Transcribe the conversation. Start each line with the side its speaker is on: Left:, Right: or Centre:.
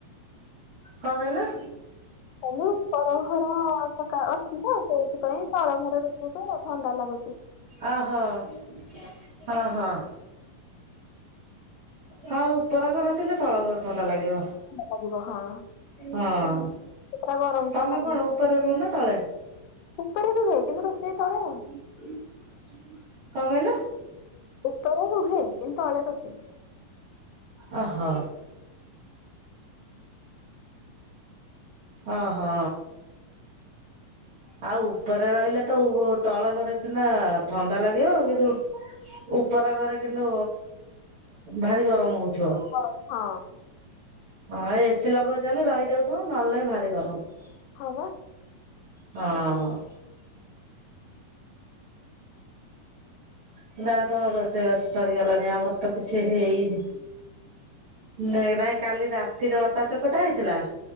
Right: କଣ କହିଲେ?
Left: କହିଲି ଉପର ଘର ସକା ଅଛି ତ ସେଇଥିପାଇଁ ତଳ ଘର ବେଶିକୁ ଥଣ୍ଡା ଲାଗୁଚି।
Right: ଆହୋ ହଁ ହଁ। ହଁ ଉପର ଘର ଥିଲେ ତଳ ଘର ଥଣ୍ଡ ଲାଗିବ।
Left: ଲାଗିବ ହଁ
Right: ହଁ
Left: ପୁରା ଗରମ ଟା
Right: ତମେ
Left: ଲାଗୁନି।
Right: କଣ ଉପରେ ରୁହନା ତଳେ?
Left: ଉପରେ ରୁହେ କିନ୍ତୁ ରୋଷେଇ ତଳେ ଆଉ।
Right: କଣ କହିଲ?
Left: ଉପରେ ରୁହେ କିନ୍ତୁ ତଳେ ରୋଷେଇ।
Right: ଓ ହୋ। ଓ ହୋ। ଆଉ ଉପରେ ରହିଲେ ତ ଉପ ତଳ ଘରେ ସିନା ଥଣ୍ଡା ଲାଗିବ କିନ୍ତୁ ଉପର ଘରେ କିନ୍ତୁ ଭାରି ଗରମ ହଉ ଥିବ।
Left: ଗରମ।
Right: ହଁ ଏସିି ଲଗଉଛ ବେଲି ରହିଯାଉଥିବ ନହେଲେ ନାହଁ ଭାରି ଗରମ।
Left: ହଁ ବା।
Right: ହଁ। ଯା ହଉ ତମ ରୋଷେଇ ବାସ ସରିଗଲାଣି ଆମର ତ କିଛି ହେଇନି। ନାଇଁ ନାଇଁ କାଲି ରାତିରେ ଅଟା ଚକଟା ହେଇଥିଲା